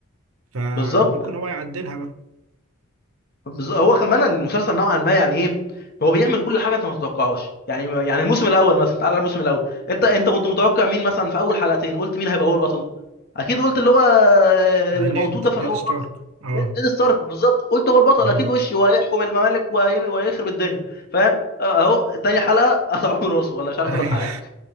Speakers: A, on the right (about 85°); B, on the left (about 45°).
A: فممكن
B: بالظبط
A: هو يعدلها بقى
B: بز- هو كمان المسلسل نوعا ما يعني ايه هو بيعمل كل حاجه انت ما تتوقعهاش يعني يعني الموسم الاول مثلا تعال على الموسم الاول انت انت كنت متوقع مين مثلا في اول حلقتين قلت مين هيبقى هو البطل اكيد قلت اللي هو
A: آه،
B: اللي
A: نيد
B: موجود ده في
A: نيد
B: الاول
A: ستارك
B: خالص
A: اه
B: نيد ستارك بالظبط قلت هو البطل
A: مم.
B: اكيد وشي وهيحكم الممالك وهي- وهيخرب الدنيا فاهم اهو تاني حلقه قطعوا له راسه ولا مش عارف
A: ايوه
B: ثلاث حلقات